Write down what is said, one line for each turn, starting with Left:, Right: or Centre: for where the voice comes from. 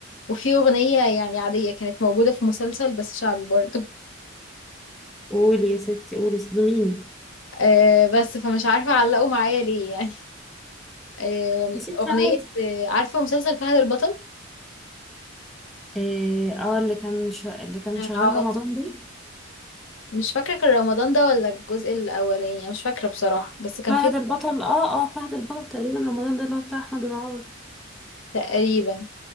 Left: وفي اغنيه يعني عاديه كانت موجوده في مسلسل بس شعبي برضه
Centre: قولي يا ستي قولي صدميني
Left: <laughs> آه بس فمش عارفه علقوا معايا ليه يعني <laughs> آه
Centre: يا ستي
Left: اغنيه
Centre: عادي
Left: آه عارفه مسلسل فهد البطل
Centre: اه آه، اللي كان ش... اللي كان
Left: العوضي
Centre: شغال رمضان ده
Left: مش فاكره كان رمضان ده ولا الجزء الاولاني أنا مش فاكره بصراحه بس كان
Centre: فهد
Left: في
Centre: البطل اه اه فهد البطل تقريبا رمضان ده اللي هو بتاع احمد العوض
Left: تقريبا